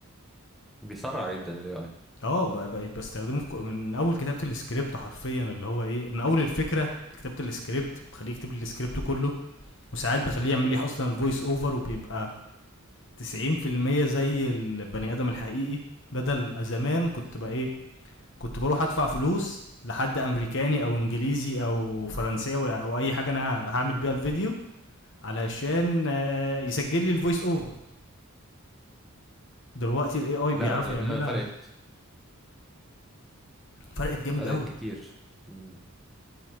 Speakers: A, in the centre; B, on the left.
A: بيسرع جدا الاي اي
B: اه بقى- بقيت بستخدمه في كو- من اول كتابه السكريبت حرفيا اللي هو ايه من اول الفكره لكتابه السكريبت مخليه يكتب لي السكريبت كله وساعات بخليه يعمل لي اصلا الفويس اوفر وبيبقى 90% زي البني ادم الحقيقي بدل زمان كنت بقى ايه كنت بروح ادفع فلوس لحد امريكاني او انجليزي او فرنساوي او اي حاجه انا هعمل بيها الفيديو علشان آه، يسجل لي الفويس اوفر دلوقتي الاي اي
A: لا
B: بيعرف
A: ده
B: يعملها
A: ده فرقت
B: فرقت جامد
A: فرقت
B: قوي
A: كتير مم.